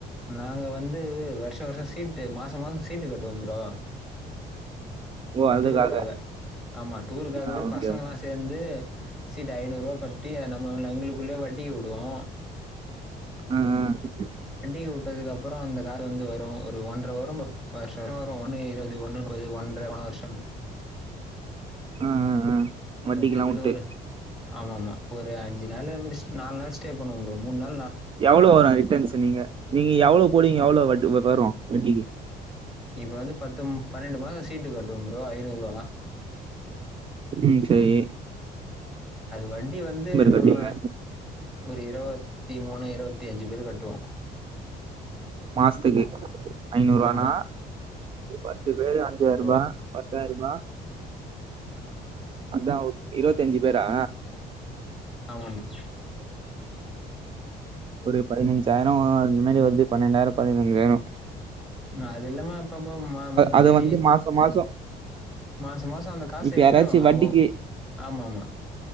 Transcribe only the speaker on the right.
ஓ அதுக்காக
ஆ ஓகே
ஆ
ம் ம்
ஆ ஆ ஆ வட்டிக்கெல்லா
வுட்டு
எவ்ளோ வரு ரிட்டர்ன்ஸ் நீங்க நீங்க எவ்ளோ போடுவிங்க எவ்ளோ வட் வரு வட்டிக்கி
ம் செரி
கட்டுவீங்க
மாசத்துக்கு ஐநூருவான்னா
பத்து பேரு அஞ்சாருபா
பத்தாயிர் ருபா அதா இரவத்தஞ்சு பேரா
ஒரு பதினஞ்சாயிர அந்தமாறி வந்து பன்னெண்டாயிர <unintelligible> வேணு
அத <unintelligible> மாசோ
இப்ப
யாராச்சு வட்டிக்கு